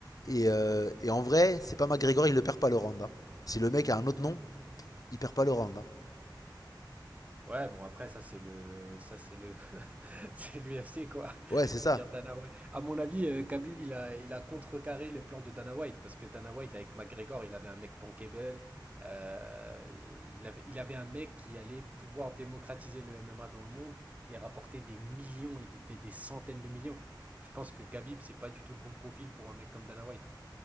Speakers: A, on the left; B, on the right.
A: Et, euh, et en vrai, c'est pas McGregor, il le perd pas le round. hein. Si le mec a un autre nom, il perd pas le round. hein.
B: Ouais, bon après ça c'est le ça c'est le <laughs> c'est l'UFC quoi,
A: Ouais,
B: je
A: c'est ça.
B: veux dire Dana White. À mon avis, euh, Khabib il a il a contrecarré les plans de Dana White parce que Dana White avec McGregor, il avait un mec bankable, euh, il avait il avait un mec qui allait pouvoir démocratiser le MMA dans le monde et rapporter des millions et des, des- des centaines de millions. Je pense que Khabib c'est pas du tout le bon profil pour un mec comme Dana White.